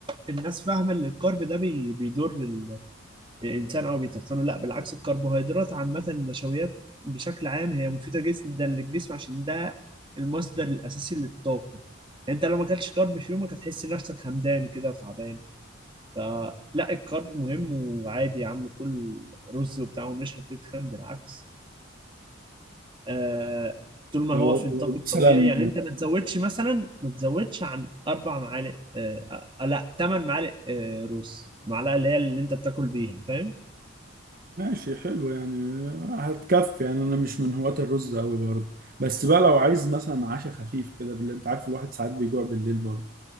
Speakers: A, on the right; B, on the right.
A: الناس فاهمه ان الكرب ده بي بيضر ال- الانسان او بيتخنه لا بالعكس الكربوهيدرات عامه النشويات بشكل عام هي مفيده جدا للجسم عشان ده المصدر الاساسي للطاقه انت لو ما اكلتش كرب في يومك هتحس نفسك همدان كده وتعبان فلا الكرب مهم وعادي يا عم كل رز وبتاع ومش هتتخن بالعكس آه، طول ما
B: لو
A: هو في نطاق
B: لو
A: الطبيعي
B: مثلا
A: يعني انت ما تزودش مثلا ما تزودش عن اربع معالق آه آه، لا ثمان معالق آه رز معلقه اللي هي اللي انت بتاكل بيها فاهم
B: ماشي حلو يعني هتكفي يعني انا مش من هواة الرز قوي برضه بس بقى لو عايز مثلا عشاء خفيف كده بالليل انت عارف الواحد ساعات بيجوع بالليل برضه